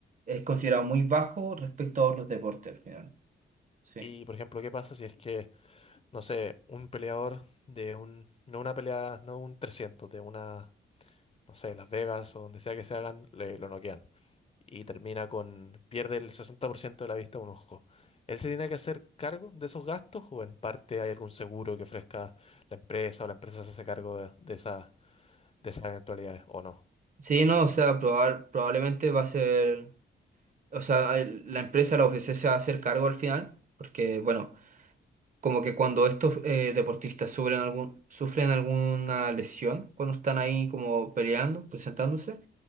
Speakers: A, on the right (about 40°); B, on the left (about 30°).
A: es considerado muy bajo respecto a otros deportes al final. Sí.
B: Y por ejemplo, ¿qué pasa si es que, no sé, un peleador de un, no una pelea, no un 300 de una, no sé, Las Vegas o donde sea que se hagan, le, lo noquean? y termina con, pierde el 60% de la vista de un ojo. ¿Él se tiene que hacer cargo de esos gastos o en parte hay algún seguro que ofrezca la empresa o la empresa se hace cargo de, de esas, de esas eventualidades o no?
A: Sí, no, o sea, proba- probablemente va a ser, o sea, el- la empresa, la UFC se va a hacer cargo al final, porque bueno, como que cuando estos eh, deportistas sufren algún, sufren alguna lesión, cuando están ahí como peleando, presentándose,